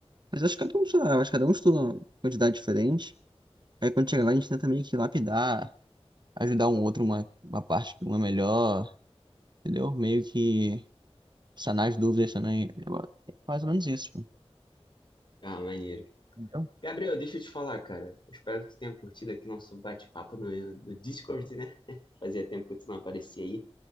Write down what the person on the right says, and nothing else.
Mas acho que cada um, sei lá, acho que cada um estuda uma quantidade diferente. Aí quando chega lá, a gente tenta meio que lapidar. ajudar um outro, uma, uma parte que uma é melhor, entendeu? Meio que sanar as dúvidas também. Eu- é mais ou menos isso, pô,
entendeu?